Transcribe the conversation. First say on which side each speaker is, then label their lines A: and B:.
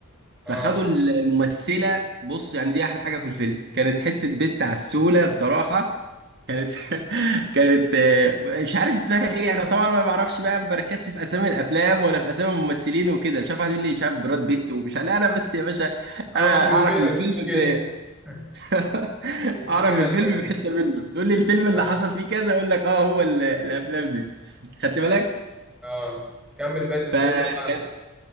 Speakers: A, on the right; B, in the centre.
A: فخدوا
B: اه
A: الممثله بص يعني دي احلى حاجه في الفيلم كانت حته بنت عسوله بصراحه كانت <laughs> كانت آه، مش عارف اسمها ايه انا طبعا ما بعرفش بقى ما بركزش في اسامي الافلام ولا في اسامي الممثلين وكده مش عارف واحد يقول لي مش عارف براد بيت ومش عارف لا انا بس يا باشا
B: اه
A: انا
B: مش مشكلة
A: اعرف الفيلم
B: مش مشكلة
A: ب...
B: <laughs>
A: <laughs>
B: المشكلة
A: اعرف الفيلم
B: اللي
A: بحته منه تقول لي الفيلم اللي
B: اه
A: حصل فيه كذا اقول لك اه هو ال- الافلام دي خدت بالك
B: اه كمل بقية القصة
A: فكانت
B: بقى